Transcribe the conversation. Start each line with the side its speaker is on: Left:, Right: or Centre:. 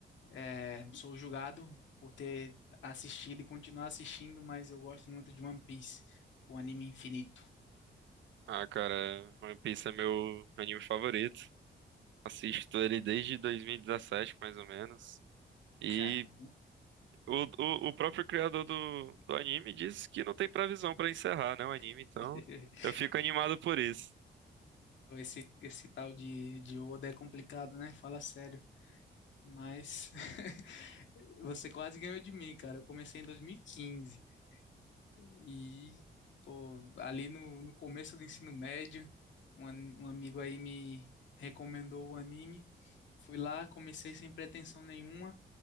Left: É, sou julgado por ter assistido e continuar assistindo, mas eu gosto muito de One Piece, o anime infinito.
Right: Ah, cara, One Piece é meu anime favorito. Assisto ele desde 2017, mais ou menos. E
Left: Cara,
Right: o, o, o próprio criador do, do anime disse que não tem previsão pra encerrar, né, o anime,
Left: <laughs>
Right: então eu fico animado por isso.
Left: esse, esse tal de, de Oda é complicado, né? Fala sério. Mas <laughs> você quase ganhou de mim, cara. Eu comecei em 2015 e, quinze e, pô, ali no, no começo do ensino médio, um, an- um amigo aí me recomendou o anime. Fui lá, comecei sem pretensão nenhuma.